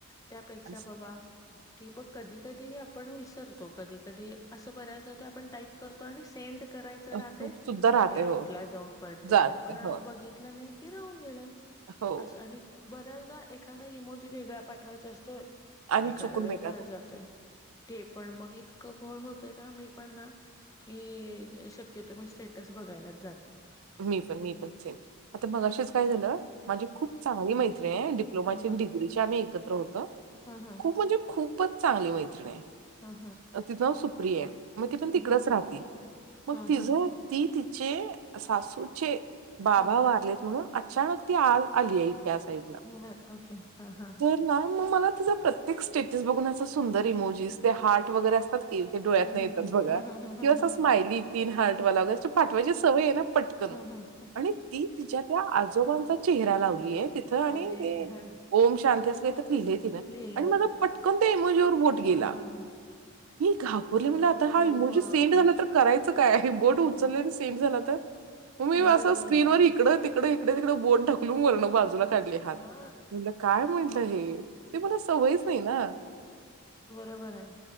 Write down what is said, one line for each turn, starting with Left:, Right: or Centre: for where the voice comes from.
Left: त्यापेक्षा
Right: असं
Left: बाबा कि मग कधी कधी आपण विसरतो तो कधी कधी असं बऱ्यादा आपण टाईप करतो आणि सेंड करायच राहते
Right: अ, सुद्धा राहते.
Left: ड्राफ्ट
Right: हो, हो.
Left: ला जाऊन पडते
Right: जाते.
Left: ते आपण
Right: हो,
Left: बघितलं नाही की राहून गेलं
Right: हो.
Left: असं आणि बऱ्याचदा एखादा इमोजी वेगळा पाठवायचा असतो
Right: आणि
Left: एखादा
Right: चुकून
Left: वेगळा
Right: जातो.
Left: जातोय ते पण मग एक घोळ होतय ना मी पण ना की शक्यतो मी स्टेटस बघायलाच जात नाही
Right: मी पण मी पण सेम आता मगाशीच काय झालं माझी खूप चांगली मैत्री आहे डिप्लोमाची
Left: हम्म हम्म
Right: अनं डिग्रीची ची आम्ही एकत्र होत
Left: हम्म
Right: खूप म्हणजे खूप चांगली मैत्रीण मैत्रीण
Left: हम्म
Right: आहे तिच नाव सुप्रिया मग ती
Left: हम्म
Right: पण तिकडच राहती मग
Left: हम्म
Right: तिझ
Left: हम्म
Right: ती तिचे सासूचे बाबा
Left: हम्म हम्म हम्म
Right: वारलेत म्हणून अचानक ती आज आली आहे त्या साइटला
Left: बर ओके हा हा
Right: तर ना मग मला तिचा प्रत्येक स्टेटस बघून अस सुंदर इमोजेस ते हार्ट वगैरे असतात ते डोळ्यातनं
Left: हम्म हम्म
Right: येतात बघा
Left: हम्म हम्म
Right: किंवा
Left: हम्म
Right: असं स्माईली तीन हार्टवाला वगैरे पाठवायची सवय आहे ना पटकन.
Left: हं हं
Right: आणि ती तिच्या त्या आजोबांचा चेहरा लावलीय तिथं आणि
Left: अरे
Right: म
Left: हा
Right: ओ कायतर लिहिलय तीने
Left: लिहिला
Right: म
Left: होता
Right: पटकन त्या इमोजीवर बोट
Left: हम्म
Right: गेला घाबरले म्हणलं आता
Left: खूप
Right: हा इमोजी
Left: घोळ
Right: सेंड
Left: होता
Right: झालं तर करायचं काय आहे बोट
Left: हम्म
Right: उचलले सेंड झाला तर मग मी
Left: बरोबर
Right: असं स्क्रीनवर इकडं तिकड इकडे तिकड बोट ढकलून वरंन बाजूला काढले हात
Left: हा
Right: म्हटल काय हे ते मला सवयच नाही ना
Left: बरं आहे